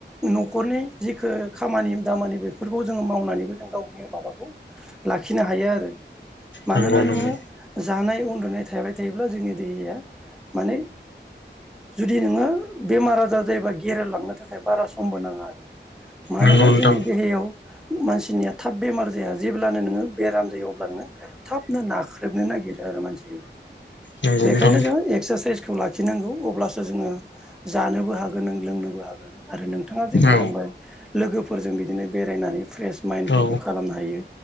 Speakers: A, in the centre; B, on the left.
A: न'खरनि जिखो खामानि दामानि बेफोरखौ जोङो मावनानैबो जों गावनि माबाखौ लाखिनो हायो आरो मानोना
B: नंगौ नंगौ
A: नोङो जानाय उन्दुनाय थाबाय थायोब्ला जोंनि देहाया माने जुदि नोङो बेमार आजार जायोबा गेरेलांनो थाखाय बारा समबो नाङा आरो मानोना
B: नंगौ नोंथां
A: जोंनि देहायाव मानसिनिया थाब बेमार जाया जेब्लानो नोङो बेराम जायो अबब्ला नोङो थाबनो नाख्रेबनो नागिरो आरो मानसिखौ
B: नंगौ
A: बेखायनो
B: नोंथां
A: जोङो एक्सारसाइसखौ लाखिनांगौ अब्लासो जोङो जानोबो हागोन नों लोंनोबो हागोन आरो नोंथाङा जे बुंलांबाय
B: औ
A: लोगोफोरजों बिदिनो बेरायनानै फ्रेस माइनफोरखौ
B: औ
A: खालामनो हायो